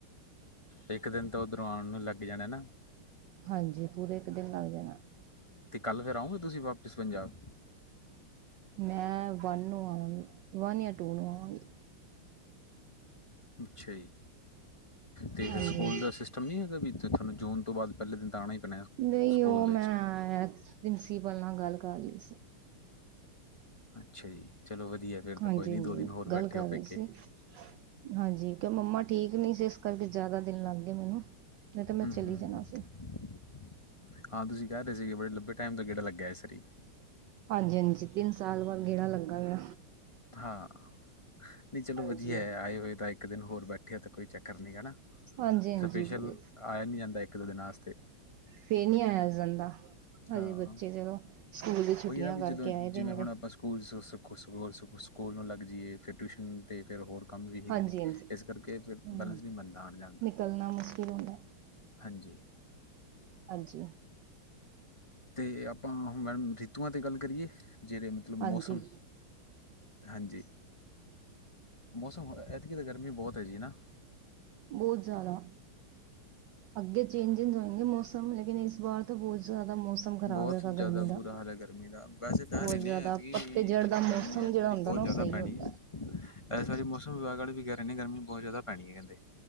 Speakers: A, on the left (about 20°); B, on the right (about 80°).
A: ਇੱਕ ਦਿਨ ਤਾਂ ਉੱਧਰੋਂ ਆਉਣ ਨੂੰ ਲੱਗ ਜਾਣੇ ਨਾ।
B: ਹਾਂਜੀ ਪੂਰੇ ਇੱਕ ਦਿਨ ਲੱਗ ਜਾਣਾ।
A: ਤੇ ਕੱਲ੍ਹ ਫੇਰ ਆਓਗੇ ਤੁਸੀਂ ਵਾਪਿਸ ਪੰਜਾਬ।
B: ਮੈਂ ਵਨ ਨੂੰ ਆਵਾਂਗੀ ਵਨ ਜਾਂ ਟੂ ਨੂੰ ਆਵਾਂਗੀ।
A: ਅੱਛਾ ਜੀ ਤੇ ਫਿਰ
B: ਹਾਂਜੀ
A: ਸਕੂਲ ਦਾ ਸਿਸਟਮ ਨੀ ਹੈਗਾ ਵੀ। ਅਤੇ ਤੁਹਾਨੂੰ ਜੂਨ ਤੋਂ ਬਾਅਦ ਪਹਿਲੇ ਦਿਨ ਆਉਣਾ ਹੀ। ਪੈਣਾ
B: ਨਹੀਂ
A: ਸਕੂਲ
B: ਉਹ
A: ਦੇ
B: ਮੈਂ
A: ਵਿੱਚ
B: ਪ੍ਰਿੰਸੀਪਲ ਨਾਲ ਗੱਲ ਕਰ ਲਈ ਸੀ।
A: ਅੱਛਾ ਜੀ। ਚਲੋ ਵਧੀਆ ਫੇਰ ਤਾਂ
B: ਹਾਂਜੀ
A: ਕੋਈ ਨੀ
B: ਹਾਂਜੀ
A: ਦਿਨ ਹੋਰ ਬੈਠੇ
B: ਗੱਲ ਕਰ
A: ਹੋ
B: ਰਹੀ
A: ਪੇਕੇ।
B: ਸੀ ਹਾਂਜੀ ਕਿ ਮੰਮਾ। ਠੀਕ ਨਹੀਂ ਸੀ ਇਸ ਕਰਕੇ ਜ਼ਿਆਦਾ ਦਿਨ ਲੱਗ ਗਏ ਮੈਨੂੰ। ਨਹੀਂ ਤਾਂ ਮੈਂ
A: ਹਮ
B: ਚਲੀ
A: ਹਮ
B: ਜਾਣਾ ਸੀ
A: ਹਾਂ ਤੁਸੀਂ ਕਹਿ ਰਹੇ ਸੀਗੇ ਬੜੇ ਲੰਬੇ ਟਾਈਮ ਤੋ। ਗੇੜਾ ਲੱਗਿਆਏ ਇਸ ਵਾਰੀ।
B: ਹਾਂਜੀ ਹਾਂਜੀ ਤਿੰਨ ਸਾਲ ਬਾਅਦ ਗੇੜਾ ਲੱਗਾ ਵੇ।
A: ਹਾਂ ਨਹੀਂ
B: ਹਾਂਜੀ
A: ਚਲੋ ਵਧੀਆ ਹੈ ਆਏ ਹੋਏ ਤਾਂ ਇੱਕ ਦਿਨ ਹੋਰ ਬੈਠੇ। ਇਕੱਠ ਤਾਂ ਕੋਈ ਚੱਕਰ ਨਹੀਂ ਹੈ
B: ਹਾਂਜੀ ਹਾਂਜੀ
A: ਸਪੈਸ਼ਲ
B: ਉਹ
A: ਆਇਆ ਨੀ ਜਾਂਦਾ ਇੱਕ ਦੋ ਦਿਨ ਵਾਸਤੇ।
B: ਫਿਰ ਨੀ ਆਇਆ ਜਾਂਦਾ
A: ਹਾਂ।
B: ਹਜੇ ਬੱਚੇ ਚਲੋ। ਸਕੂਲ ਦੀ ਛੁੱਟੀਆਂ
A: ਉਹੀ ਨਾ ਵੀ
B: ਕਰਕੇ
A: ਜਦੋਂ
B: ਆਏ ਦੇ
A: ਜਿਵੇਂ
B: ਨੇ
A: ਹੁਣ
B: ਤੇ
A: ਆਪਾਂ ਸਕੂਲ ਸਖੋ। ਹੋਰ ਸਗੋੰ ਸਕੂਲ ਨੂੰ ਲੱਗ ਜਾਈਏ ਫਿਰ ਟਿਊਸ਼ਨ ਤੇ ਫਿਰ ਹੋਰ। ਕੰਮ ਵੀ ਹੈਗੇ,
B: ਹਾਂਜੀ
A: ਨੇ
B: ਹਾਂਜੀ
A: ਇਸ ਕਰਕੇ ਫਿਰ
B: ਹਮ
A: ਬੈਲੈਂਸ ਨਹੀਂ ਬਣਦਾ ਆਉਣ ਜਾਣ ਦਾ।
B: ਨਿਕਲਣਾ ਮੁਸ਼ਕਿਲ ਹੁੰਦਾ
A: ਹਾਂਜੀ।
B: ਹਾਂਜੀ
A: ਤੇ ਆਪਾਂ ਮੈਮ ਰਿਤੂਆਂ ਤੇ ਗੱਲ ਕਰੀਏ। ਜਿਹੜੇ ਮਤਲਬ
B: ਹਾਂਜੀ
A: ਮੌਸਮ ਹਾਂਜੀ। ਮੌਸਮ ਐਤਕੀ ਤਾਂ ਗਰਮੀ ਬਹੁਤ ਹੈ ਜੀ ਨਾ।
B: ਬਹੁਤ ਜ਼ਿਆਦਾ ਅੱਗੇ ਚੇਂਜਿਸ ਹੋਏਗੇ ਮੌਸਮ ਲੇਕਿਨ ਇਸ। ਵਾਰ ਤੋਂ ਬਹੁਤ ਜ਼ਿਆਦਾ ਮੌਸਮ। ਖ਼ਰਾਬ
A: ਬਹੁਤ
B: ਹੈਗਾ
A: ਜ਼ਿਆਦਾ
B: ਗਰਮੀ ਦਾ
A: ਬੁਰਾ ਹਾਲ ਹੈ ਗਰਮੀ ਦਾ ਵੈਸੇ ਕਹਿ
B: ਬਹੁਤ ਜ਼ਿਆਦਾ
A: ਰਹੇ ਐੰਤਕੀ
B: ਪੱਤੇਜੜ ਦਾ ਮੌਸਮ
A: ਗਰਮੀ ਹੈ ਇਸ
B: ਜਿਹੜਾ
A: ਵਾਰੀ
B: ਹੁੰਦਾ
A: ਬਹੁਤ
B: ਨਾ
A: ਜ਼ਿਆਦਾ।
B: ਉਹ ਸਹੀ
A: ਪੈਣੀ
B: ਹੁੰਦਾ
A: ਇਸ ਸਾਰੇ ਮੌਸਮ ਵਿਭਾਗ ਵਾਲੇ ਵੀ ਕਹਿ ਰਹੇ ਨੇ ਗਰਮੀ ਬਹੁਤ ਜ਼ਿਆਦਾ ਪੈਣੀ ਹੈ ਕਹਿੰਦੇ।